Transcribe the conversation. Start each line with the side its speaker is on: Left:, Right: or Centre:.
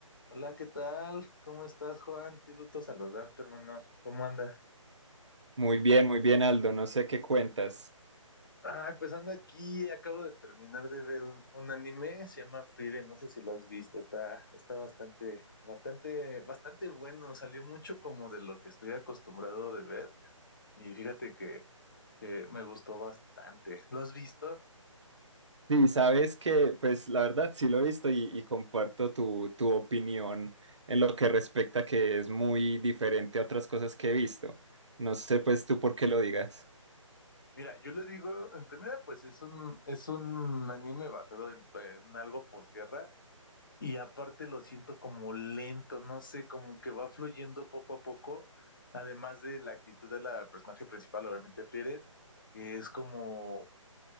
Left: Hola, ¿qué tal? ¿Cómo estás, Juan? Qué gusto saludarte, hermano. ¿Cómo andas?
Right: Muy bien, muy bien, Aldo. No sé qué cuentas.
Left: Ah, pues ando aquí, acabo de terminar de ver un, un anime, se llama Frieren, no sé si lo has visto, está, está bastante, bastante, bastante bueno, salió mucho como de lo que estoy acostumbrado de ver y fíjate que, que me gustó bastante. ¿Lo has visto?
Right: Sí, sabes que, pues la verdad sí lo he visto y, y comparto tu, tu opinión en lo que respecta que es muy diferente a otras cosas que he visto. No sé, pues tú por qué lo digas.
Left: Mira, yo le digo, en primera, pues es un, es un anime basado en, en algo posguerra Y aparte lo siento como lento, no sé, como que va fluyendo poco a poco, además de la actitud de la personaje principal, obviamente Frieren, que es como,